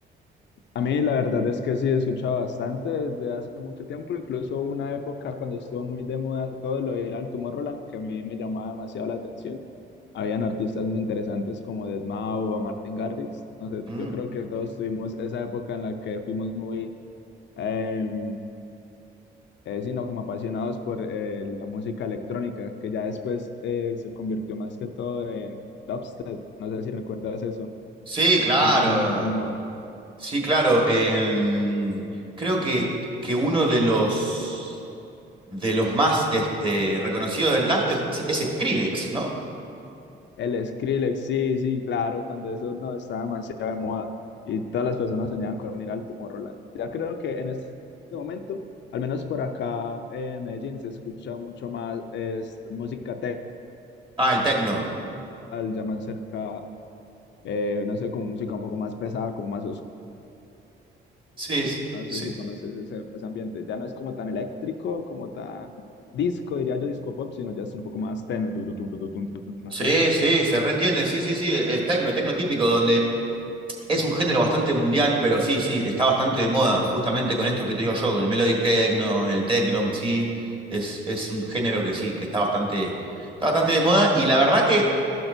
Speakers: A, on the left; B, on the right.
A: A mí la verdad es que sí, he escuchado bastante desde hace mucho tiempo, incluso hubo una época cuando estuvo muy de moda todo lo de ir al Roland, que a mí me llamaba demasiado la atención. Habían artistas muy interesantes como deadmau o Martin Garrix. No sé,
B: Mm.
A: yo creo que todos tuvimos esa época en la que fuimos muy, eh, eh, sino como apasionados por eh, la música electrónica, que ya después eh, se convirtió más que todo en dubstep. No sé si recuerdas eso,
B: Sí, claro.
A: que se puso más de moda.
B: Sí, claro. em, creo que, que uno de los, de los más este, reconocidos del DAF es, es Skrillex, ¿no?
A: El Skrillex, sí, sí, claro, cuando eso no estaba demasiado de moda y todas las personas soñaban con ir al Tomorrowland. Ya creo que en este momento, al menos por acá en Medellín, se escucha mucho más es, música techal,
B: Ah, el techno.
A: ya más cerca, eh, no sé, como música un poco más pesada, como más oscura.
B: Sí, es-
A: No
B: sí.
A: sé si conoces ese, ese ambiente. Ya no es como tan eléctrico, como tan disco, diría yo, disco pop, sino ya es un poco más tenue. tu, tu, tu, tu, tu, tu, tu, tu, No
B: Sí,
A: sé.
B: sí, se reentiende. Sí, sí, sí. Es techno, techno típico, donde es un género bastante mundial, pero sí, sí, está bastante de moda, justamente con esto que te digo yo, con el melodic techno, el techno, sí. Es, es un género que sí, que está bastante, está bastante de moda. Y la verdad que.